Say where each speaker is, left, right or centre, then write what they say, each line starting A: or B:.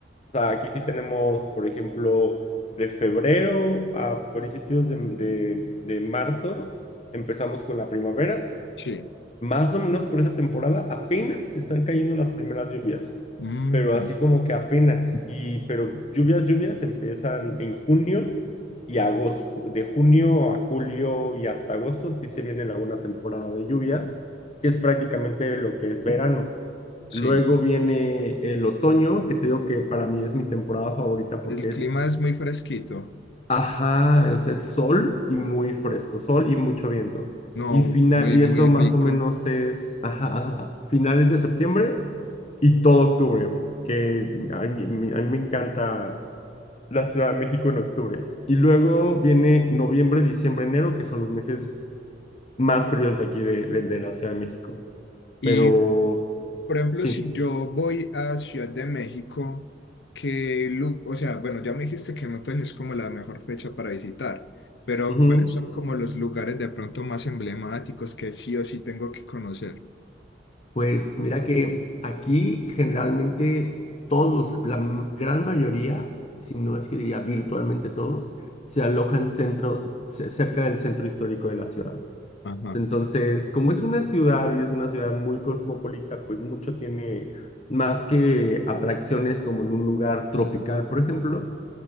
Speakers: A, on the left; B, on the left.
A: O sea, aquí sí tenemos, por ejemplo, de febrero a principios de, de de marzo, empezamos con la primavera
B: Sí.
A: más o menos por esa temporada apenas están cayendo las primeras lluvias,
B: Mm,
A: pero así como que apenas, y pero lluvias, lluvias empiezan en junio y agosto, de junio a julio y hasta agosto sí se viene la buena temporada de lluvias, que es prácticamente lo que es verano.
B: sí.
A: Luego viene el otoño, que te digo que para mí es mi temporada favorita
B: El
A: porque
B: clima
A: es
B: es muy fresquito.
A: Ajá, o sea, es sol y muy fresco, sol y mucho viento.
B: No,
A: Y final,
B: muy,
A: y
B: muy
A: eso más
B: rico.
A: o menos es, ajá, ajá, finales de septiembre y todo octubre, que a mí, mi- a mí me encanta la Ciudad de México en octubre. Y luego viene noviembre, diciembre, enero, que son los meses más fríos de aquí de, de- de la Ciudad de México.
B: Y,
A: Pero
B: por ejemplo,
A: sí.
B: si yo voy a Ciudad de México, que, o sea, bueno, ya me dijiste que en otoño es como la mejor fecha para visitar, pero
A: ujú.
B: ¿cuáles son como los lugares de pronto más emblemáticos que sí o sí tengo que conocer?
A: Pues mira que aquí generalmente todos, los- la m- gran mayoría, si no es que diría virtualmente todos, se alojan centro, ce- cerca del centro histórico de la ciudad.
B: Ajá,
A: Entonces, como es una ciudad y es una ciudad muy cosmopolita, pues mucho tiene más que atracciones como en un lugar tropical, por ejemplo,